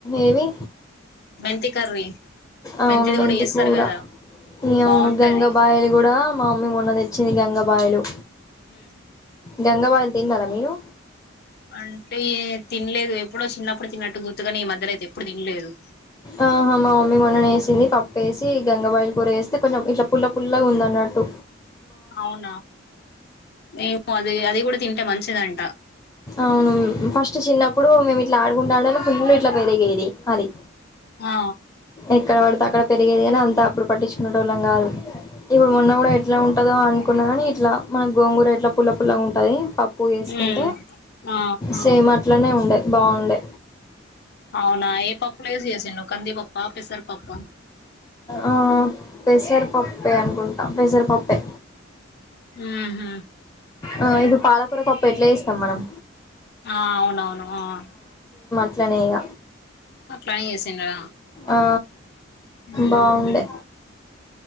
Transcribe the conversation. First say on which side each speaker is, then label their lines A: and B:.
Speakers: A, on the left (about 20°); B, on the left (about 55°).
A: ఏమి
B: మెంతి కర్రీ
A: అవును
B: మెంతిది
A: మెంతి
B: కూడా చేస్తారు
A: కూర
B: కదా
A: ఇగ
B: బాగుంటది
A: అవును గంగాబాయిలు కూడా మా మమ్మీ మొన్న తెచ్చింది గంగబాయిలు
B: హ్మ్
A: గంగాబాయిలు తిన్నారా మీరు
B: అంటే తినలేదు ఎప్పుడో చిన్నప్పుడు తిన్నట్టు గుర్తుగాని ఈ మధ్యలో అయితే ఎప్పుడు తినలేదు
A: ఆహా మా మమ్మీ మొన్న వేసింది పప్ వేసి గంగబాయిలు కూర వేస్తే కొంచెం ఇట్లా పుల్ల పుల్లగా ఉందన్నట్టు
B: అవునా నేము అది అది కూడా తింటే మంచిదంట
A: అవును ఫస్ట్ చిన్నప్పుడు మేము ఇట్లా ఆడుకుంటా ఆడే ఫుల్ ఇట్లా పెరిగేది అది
B: ఆ
A: ఎక్కడ పడితే అక్కడ పెరిగేది కాని అంతా అప్పుడు పట్టించుకునేటోళ్ళం కాదు ఇప్పుడు మొన్న కూడా ఎట్లా ఉంటుందో అ కున్న ఇట్లా మన గోంగూర ఇట్లా పుల్ల పుల్లగా ఉంటది పప్పు
B: ఉమ్
A: కుంటే
B: ఆ
A: సేమ్ అట్లనే ఉండే బాగుండే
B: అవునా <unintelligible> చేసిండు కందిపప్పా పెసరపప్పా
A: ఆ పెసరపప్పే అనుకుంటాం పెసరపప్పే
B: ఊహూ
A: ఆ ఇప్పుడు పాలకూర పప్పు ఎట్లా జేస్తాం మనం
B: ఆ అవునవును ఆ
A: అట్లనే ఇగ
B: అట్లనే జేసింర్రా
A: ఆ
B: ఉమ్
A: బాగుండే
B: హు